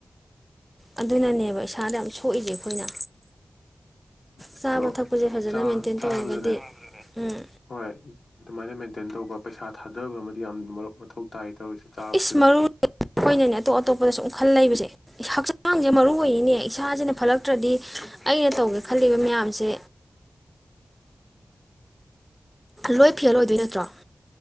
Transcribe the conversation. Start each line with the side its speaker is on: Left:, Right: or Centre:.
Centre: ꯑꯗꯨꯅꯅꯦꯕ ꯏꯁꯥꯗ ꯌꯥꯝ ꯁꯣꯛꯏꯁꯦ ꯑꯩꯈꯣꯏꯅ
Left: ꯑꯗꯣ
Centre: ꯆꯥꯕ ꯊꯛꯄꯁꯦ ꯐꯖꯅ
Left: ꯆꯥ
Centre: ꯃꯦꯟꯇꯦꯟ
Left: ꯆꯥꯕꯗꯅꯦ
Centre: ꯇꯧꯔꯒꯗꯤ ꯎꯝ
Left: ꯍꯣꯏ ꯑꯗꯨꯃꯥꯏꯅ ꯃꯦꯟꯇꯦꯟ ꯇꯧꯕ ꯄꯩꯁꯥ ꯊꯥꯗꯕ ꯑꯃꯗꯤ ꯌꯥꯝꯅ ꯃꯊꯧ ꯇꯥꯏ ꯇꯧꯔꯤꯁꯦ ꯆꯥꯕꯁꯤꯗ
Centre: ꯏꯁ ꯃꯔꯨꯣꯏꯅꯅꯦ ꯑꯇꯣꯞ ꯑꯇꯣꯞꯄꯗ ꯁ ꯈꯜ ꯂꯩꯕꯁꯦ ꯍꯛꯆꯥꯡꯁꯦ ꯃꯔꯨ ꯑꯣꯏꯅꯦ ꯏꯁꯥꯁꯤꯅ ꯐꯠꯂꯛꯇ꯭ꯔꯗꯤ ꯑꯩꯅ ꯇꯧꯒꯦ ꯈꯜꯂꯤꯕ ꯃꯌꯥꯝꯁꯦ ꯂꯣꯏ ꯐꯦꯜ ꯑꯣꯏꯗꯣꯏ ꯅꯠꯇ꯭ꯔꯣ